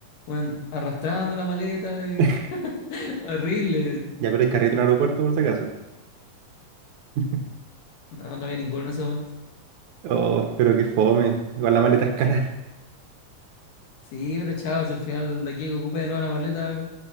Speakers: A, on the left; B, on the right.
A: weón, arrastrando la maleta, y-
B: <laughs>
A: <laughs> horrible.
B: Ya, pero hay carrito en el aeropuerto, por si acaso. <laughs>
A: No, no había ninguno en ese momento.
B: Oh, pero qué fome. Igual la maleta es cara. <laughs>
A: Sí, pero chao, si al final de aquí que ocupe de nuevo la maleta,